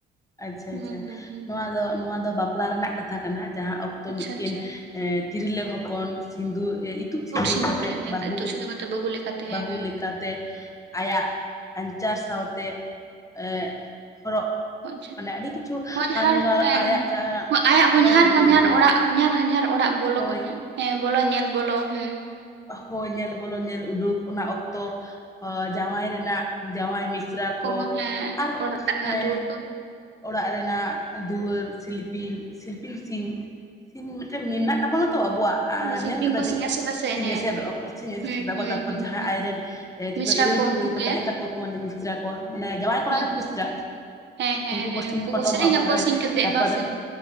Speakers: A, on the left (about 15°); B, on the right (about 65°).
A: ᱟᱪᱪᱷᱟ
B: ᱦᱩᱸ
A: ᱟᱪᱪᱷᱟ
B: ᱦᱩᱸ ᱦᱩᱸ
A: ᱱᱚᱣᱟ ᱫᱚ ᱱᱚᱣᱟ ᱫᱚ ᱵᱟᱯᱞᱟ ᱨᱮᱱᱟᱜ ᱠᱟᱛᱷᱟ ᱠᱟᱱᱟ ᱡᱟᱦᱟᱸ ᱚᱠᱛᱚ
B: ᱟᱪᱪᱷᱟ
A: ᱢᱤᱫᱴᱮᱱ
B: ᱟᱪᱪᱷᱟ
A: ᱮᱸ ᱛᱤᱨᱞᱟᱹ ᱦᱚᱯᱚᱱ ᱥᱤᱸᱫᱩᱨ ᱮ ᱤᱛᱩᱜ ᱥᱤᱸᱫᱩᱨ
B: ᱛᱩᱫ
A: ᱠᱟᱛᱮᱜ
B: ᱦᱮᱸ
A: ᱵᱟᱹᱦᱩᱸ
B: ᱛᱩᱫ ᱥᱤᱸᱫᱩᱨ ᱠᱟᱛᱮ ᱵᱟᱹᱦᱩ ᱞᱮᱠᱟᱛᱮ ᱦᱮᱸ
A: ᱵᱟᱹᱦᱩ
B: ᱦᱮᱸ
A: ᱞᱮᱠᱟᱛᱮ ᱟᱭᱟᱜ ᱟᱧᱪᱟᱨ ᱥᱟᱶᱛᱮ ᱮᱸᱜ ᱦᱚᱨᱚᱜ
B: ᱚᱪᱪᱷᱟ
A: ᱢᱟᱱᱮ ᱟᱹᱰᱤ ᱠᱤᱪᱷᱩ
B: ᱦᱚᱧᱦᱟᱨ
A: ᱦᱟᱱᱨᱟᱨ
B: ᱦᱮᱸ
A: ᱟᱭᱟᱜ ᱡᱟᱦᱟᱸ
B: ᱟᱭᱟᱜ ᱦᱚᱧᱦᱟᱨ
A: ᱦᱳᱭ ᱦᱳᱭ
B: ᱦᱟᱧᱦᱟᱨ
A: ᱦᱳᱭ
B: ᱚᱲᱟᱜ ᱦᱚᱧᱦᱟᱨ ᱦᱟᱧᱦᱟᱨ ᱚᱲᱟᱜ ᱵᱚᱞᱚᱠ
A: ᱦᱳᱭ
B: ᱦᱮᱸ ᱵᱚᱞᱚ ᱧᱮᱞ ᱵᱚᱞᱚ ᱦᱩᱸ
A: ᱦᱚᱭ ᱧᱮᱞ ᱵᱚᱞᱚ ᱧᱮᱞ ᱩᱰᱩᱠ ᱚᱱᱟ ᱚᱠᱛᱚ ᱡᱟᱶᱟᱭ ᱨᱮᱱᱟᱜ ᱡᱟᱶᱟᱭ ᱢᱤᱥᱨᱟ ᱠᱚ
B: ᱦᱮᱸ
A: ᱟᱨ
B: ᱚᱲᱟᱜ ᱨᱮᱱᱟᱜ
A: ᱦᱮᱸ
B: ᱫᱩᱣᱟᱹᱨ ᱠᱚ
A: ᱚᱲᱟᱜ ᱨᱮᱱᱟᱜ ᱫᱩᱣᱟᱹᱨ ᱥᱤᱞᱯᱤᱧ ᱥᱤᱞᱯᱤᱧ ᱥᱤ ᱢᱮᱱᱟᱜ ᱛᱟᱵᱚᱱᱟ ᱛᱚ ᱟᱵᱚᱣᱟᱜ
B: ᱥᱤᱢᱯᱤᱧ
A: ᱧᱮᱞ ᱠᱟᱫᱟ
B: ᱠᱚ
A: ᱵᱤᱱ
B: ᱥᱮ ᱟᱥᱮ ᱯᱟᱥᱮ
A: ᱥᱤᱧ
B: ᱦᱮᱸ
A: ᱮᱥᱮᱫᱚᱜ-ᱟ ᱥᱤᱧ ᱮᱥᱮᱫᱟᱠᱚ
B: ᱦᱩᱸ ᱦᱩᱸ
A: ᱛᱟᱨᱯᱚᱨ
B: ᱦᱩᱸ
A: ᱡᱟᱦᱟ
B: ᱦᱩᱸ
A: ᱟᱡᱨᱮᱱ ᱪᱮᱫ
B: ᱢᱤᱥᱨᱟ
A: ᱤᱨᱟᱹᱞ
B: ᱠᱚ ᱩᱱᱠᱩ
A: ᱠᱩᱲᱤ
B: ᱜᱮ
A: ᱛᱟᱦᱮᱸ ᱛᱟᱠᱚ ᱢᱟᱱᱮ ᱢᱤᱥᱛᱨᱟ ᱠᱚ ᱢᱟᱱᱮ ᱡᱟᱶᱟᱭ ᱠᱚᱲᱟ
B: ᱦᱩᱸ
A: ᱨᱮᱱ
B: ᱦᱩᱸ
A: ᱢᱤᱥᱨᱟ
B: ᱦᱮᱸ ᱦᱮᱸ
A: ᱩᱱᱠᱩ
B: ᱦᱮᱸ
A: ᱠᱚ ᱥᱤᱧ ᱯᱚᱴᱚᱢᱚᱜ
B: ᱥᱮᱨᱮᱧ
A: ᱟᱠᱚ ᱢᱟᱱᱮ
B: ᱥᱤᱧ ᱠᱟᱛᱮᱜ
A: ᱛᱟᱯᱚᱨ
B: ᱵᱟᱝ ᱥᱮ